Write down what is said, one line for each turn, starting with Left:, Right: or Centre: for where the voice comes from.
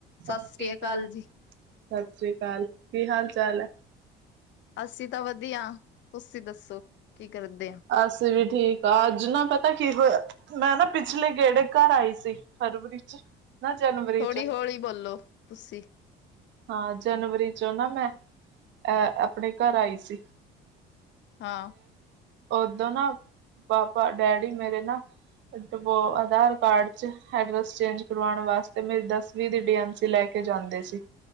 Right: ਸਤਿ
Left: ਸ੍ਰੀ
Right: ਸ੍ਰੀਕਾਲ
Left: ਅਕਾਲ
Right: ਸਤਿ
Left: ਜੀ।
Right: ਸ੍ਰੀ ਅਕਾਲ ਕੀ ਹਾਲ ਚਾਲ ਹੈ?
Left: ਅਸੀਂ ਤਾਂ ਵਧੀਆ, ਤੁਸੀਂ ਦੱਸੋ ਕੀ ਕਰਦੇ ਆ?
Right: ਅਸੀਂ ਵੀ ਠੀਕ ਆ ਅੱਜ ਨਾ ਪਤਾ ਤਾਂ ਕੀ ਹੋਇਆ ਮੈਂ ਨਾ ਪਿਛਲੇ ਗੇੜੇ ਘਰ ਆਈ ਸੀ ਫਰਵਰੀ ਚ ਨਾ ਜਨਵਰੀ
Left: ਥੋੜ੍ਹੀ
Right: ਚ
Left: ਹੌਲੀ ਬੋਲੋ ਤੁਸੀਂ,
Right: ਹਾਂ ਜਨਵਰੀ ਚੋਂ ਨਾ ਮੈਂ ਅਹ ਆਪਣੇ ਘਰ ਆਈ ਸੀ।
Left: ਹਾਂ।
Right: ਉਓਦੋਂ ਨਾ ਪਾਪਾ ਡੈਡੀ ਮੇਰੇ ਨਾ ਡੋ ਆਧਾਰ ਕਾਰਡ ਚ ਐਡਰਸ ਚੇਂਜ ਕਰਵਾਉਣ ਵਾਸਤੇ ਮੇਰੀ ਦਸਵੀਂ ਲੈ ਕੇ ਜਾਂਦੇ ਸੀ